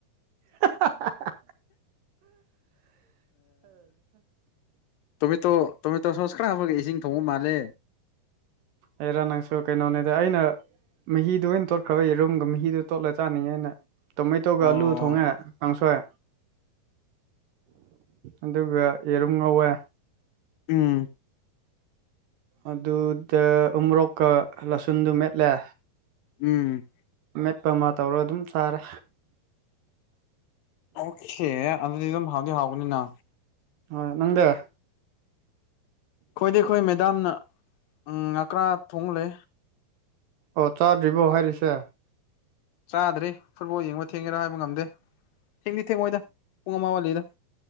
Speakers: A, on the right; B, on the left.
A: ꯍꯥꯍꯥꯍꯥ
B: ꯇꯣꯃꯦꯇꯣ ꯇꯣꯃꯦꯇꯣ ꯁꯣꯁ ꯈꯔ ꯍꯥꯞꯒ ꯏꯁꯤꯡ ꯊꯣꯡꯕ ꯃꯥꯜꯂꯦ
A: ꯑꯦꯔ ꯅꯪꯁꯨ ꯀꯩꯅꯩꯅꯣꯅꯦꯗ ꯑꯩꯅ ꯃꯍꯤꯗꯨꯣ ꯑꯣꯏꯅ ꯇꯣꯠꯈ꯭ꯔꯕ ꯌꯦꯔꯨꯝꯒ ꯃꯍꯤꯗꯨꯣ ꯇꯣꯠꯂ ꯆꯥꯅꯤꯡꯉꯦꯅ ꯇꯣꯃꯦꯥꯏꯇꯧꯒ
B: ꯑꯣ
A: ꯑꯂꯨ ꯊꯣꯡꯉꯦ ꯀꯥꯡꯁꯣꯏ ꯑꯗꯨꯒ ꯌꯦꯔꯨꯝ ꯉꯧꯋꯦ
B: ꯑꯎꯝ
A: ꯑꯗꯨꯗ ꯎꯣꯔꯣꯛꯀ ꯂꯁꯨꯟꯗꯨ ꯃꯦꯠꯂꯦ
B: ꯎꯝ
A: ꯃꯦꯠꯄꯃꯥ ꯇꯧꯔꯒ ꯑꯗꯨꯝ ꯆꯥꯔꯦ
B: ꯑꯣꯀꯦ ꯑꯗꯨꯗꯤ ꯑꯗꯨꯝ ꯍꯥꯎꯗꯤ ꯍꯥꯎꯒꯅꯤꯅ
A: ꯍꯣꯏ ꯅꯪꯗꯦ
B: ꯑꯩꯈꯣꯏꯗꯤ ꯑꯩꯈꯣꯏ ꯃꯦꯗꯥꯝꯅ ꯎꯝ ꯉꯀ꯭ꯔꯥ ꯊꯣꯡꯂꯦ
A: ꯑꯣ ꯆꯥꯗꯔꯤ ꯕꯣ ꯍꯥꯏꯥꯏꯔꯤꯁꯦ
B: ꯆꯥꯗ꯭ꯔꯦ ꯐꯨꯠꯕꯣꯜ ꯌꯦꯡꯕ ꯊꯦꯡꯉꯦꯔꯥ ꯍꯥꯏꯕ ꯉꯝꯗꯦ ꯊꯦꯡꯗꯤ ꯊꯦꯡꯃꯣꯏꯗ ꯄꯨꯡ ꯑꯃ ꯋꯥꯂꯤꯗ